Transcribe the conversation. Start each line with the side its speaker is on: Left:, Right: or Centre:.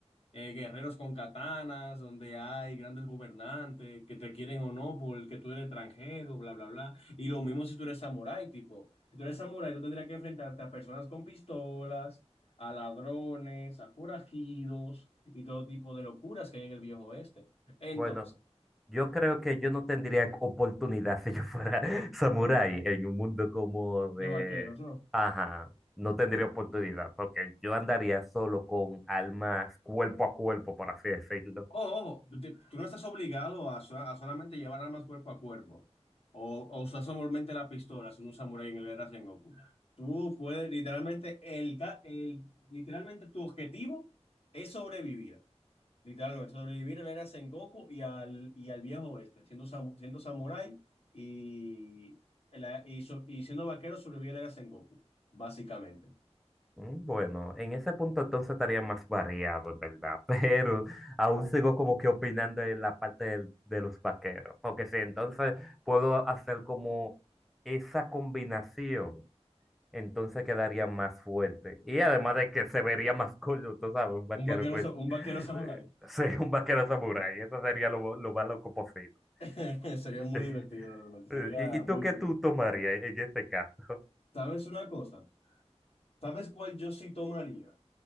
Left: eh, guerreros con katanas, donde hay grandes gobernantes que te quieren o no porque tú eres extranjero, bla, bla, bla. Y lo mismo si tú eres samurái, tipo, si tú eres samurái, tú tendrías que enfrentarte a personas con pistolas, a ladrones, a forajidos y todo tipo de locuras que hay en el viejo oeste. Entonces,
Centre: bueno, yo creo que yo no tendría oportunidad <laughs> si yo fuera <laughs> samurái en un mundo como
Left: de
Centre: de...
Left: vaqueros, ¿no?
Centre: Ajá, no tendría oportunidad, porque yo andaría solo con almas cuerpo a cuerpo, por así decirlo.
Left: Ojo, ojo, de- tú no estás obligado a, so- a solamente llevar armas cuerpo a cuerpo o, o usar solamente la pistola siendo un samurái en el Guerra Sengoku. Tú puedes literalmente, el, ca- el, literalmente tu objetivo es sobrevivir. Literalmente, sobrevivir a la Era Sengoku y al, y al viejo oeste, siendo, samu- siendo samurái y, la- y, so- y siendo vaquero sobrevivir a la Era Sengoku, básicamente.
Centre: Mm, Bueno, en ese punto entonces estaría más variado, en verdad, <laughs> pero aún sigo como que opinando en la parte del- de los vaqueros, porque si entonces puedo hacer como esa combinación, entonces quedaría más fuerte. Y además de que se vería más cool, tú sabes, un vaquero
Left: Un vaquero,
Centre: pues,
Left: sa- un
Centre: <laughs>
Left: vaquero samurái.
Centre: sí, un vaquero samurái, eso sería lo, mo- lo más loco posible.
Left: <laughs> Sería
Centre: <laughs>
Left: muy divertido realmente, sería
Centre: ¿Y, y tú
Left: muy
Centre: qué
Left: cool.
Centre: tú tomarías en este caso?
Left: ¿Sabes una cosa? ¿Sabes cuál yo sí tomaría?